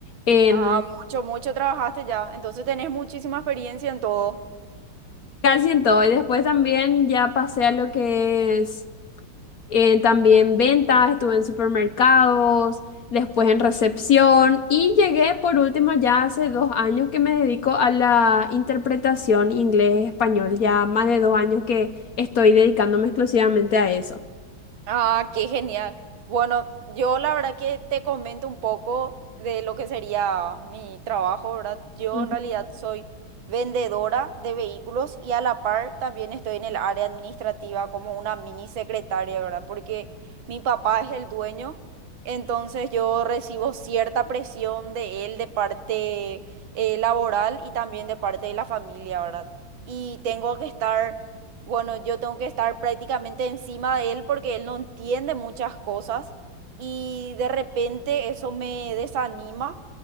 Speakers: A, on the left; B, on the right.
A: en
B: Ah, mucho, mucho trabajaste ya, entonces tenés muchísima experiencia en todo.
A: casi en todo. Y después también ya pasé a lo que es eh, también ventas, estuve en supermercados, después en recepción y llegué por último ya hace dos años que me dedico a la interpretación inglés-español, ya más de dos años que estoy dedicándome exclusivamente a eso.
B: Ah, qué genial. Bueno, yo la verdad que te comento un poco de lo que sería mi trabajo, ¿verdad? Yo
A: Ujú,
B: en realidad soy vendedora de vehículos y a la par también estoy en el área administrativa como una mini secretaria, ¿verdad? Porque mi papá es el dueño, entonces yo recibo cierta presión de él de parte eh, laboral y también de parte de la familia, ¿verdad? Y tengo que estar bueno, yo tengo que estar prácticamente encima de él porque él no entiende muchas cosas y de repente eso me desanima,